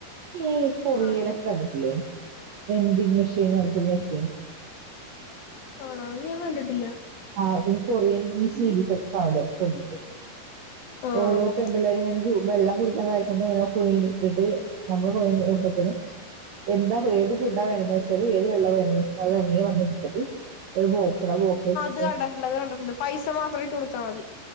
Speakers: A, on the right; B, on the left.
A: ഈ കൊറിയലൊക്കെണ്ടിട്ടില്ലേ
B: ആണോ
A: വെന്തിങ് മെഷീൻ വെന്തിങ് മെഷീൻ
B: ആണാ അത് ഞാൻ കണ്ടിട്ടില്ല
A: ആ കൊറിയൻ ഈ സീരീസ് ഒക്ക കാണൂലൊ
B: ആ
A: ഓരോ
B: നോക്കാം
A: പെൺപിള്ളേരു വെള്ളം കുടിക്കാതെ കഴിക്കുമ്പോ എങ്ങനെ കുഴീലിട്ടിട്ട് നമ്മൾ പോവ്മ്പഴ്ത്തെനും എന്താ ഏത് ഫുഡാ വേണന്ന് വെച്ചാല് ഏത് വെള്ളം വേണന്ന് വെച്ചാല് അത് തനിയെ വന്നെടുത്തിട്ട് ഒരു ബോക്സിൽ ആ ബോക്സിലിറ്റിട്ട്
B: ഇത് കണ്ടിട്ടുണ്ട്. അത് കണ്ടിട്ടുണ്ട്. പൈസ മാത്രം ഇട്ട് കൊടുത്താ മതി.